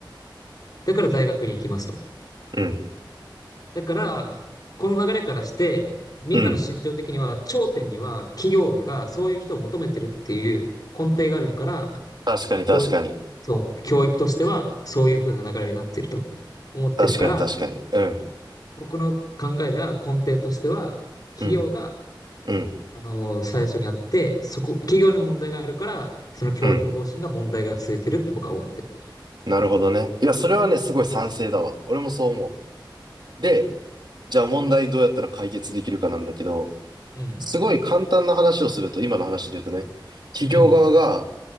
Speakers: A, on the left; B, on the right.
A: だから大学に行きますと。
B: うん、
A: だから、この流れからして、みんなの心情的には、
B: うん。
A: 頂点には企業がそういう人を求めてるっていう根底があるから、
B: 確かに確かに。
A: 教育、そう、教育としてはそういう風な流れになってると思ってるから、
B: 確かに確かに。うん、
A: 僕の考えでは根底としては、企業が、
B: うん、うん、
A: あの、最初にやって、そこ、企業に問題があるから、その教育方針が問題が続いてるって僕は思ってる。
B: うん。なるほどね。いや、それはね、すごい賛成だわ。俺もそう思う。で、じゃあ問題どうやったら解決できるかなんだけど、
A: うん、
B: すごい簡単な話をすると、今の話で言うとね、企業側が、
A: うん、